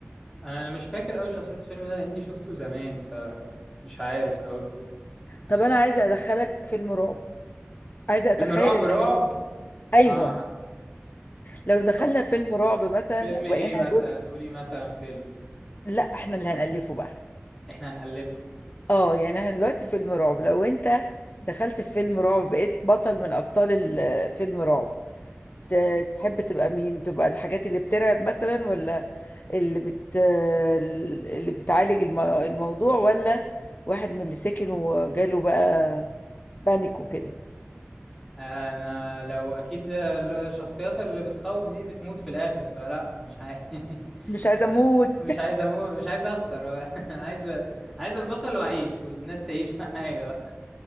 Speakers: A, in the centre; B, on the left (about 45°).
A: انا انا مش فاكر قوي شخصية الفيلم ده لاني شفته زمان فمش عارف قوي
B: طب انا عايزة ادخلك فيلم رعب عايزة اتخيل
A: فيلم رعب
B: ان
A: رعب
B: ايوه
A: اه
B: لو دخلنا
A: طب
B: فيلم رعب مثلا
A: فيلم
B: بقينا
A: ايه مثلا
B: جزء
A: قولي مثلا فيلم
B: لا احنا اللي هنألفه بقى
A: احنا هنألفه
B: اه يعني احنا دلوقتي فيلم رعب لو انت دخلت في فيلم رعب بقيت بطل من ابطال ال- فيلم رعب ت- تحب تبقى مين تبقى الحاجات اللي بترعب مثلا ولا اللي بت اللي بتعالج الم- الموضوع ولا واحد من اللي ساكن وجاله بقى بانيك وكده
A: انا لو اكيد الشخصيات اللي بتخوف دي بتموت في الاخر فلا مش عايز
B: مش
A: <laughs>
B: عايزه اموت
A: مش
B: <laughs>
A: عايز اموت مش عايز اخسر <laughs> عايز عايز البطل واعيش والناس تعيش <laughs> معايا بقى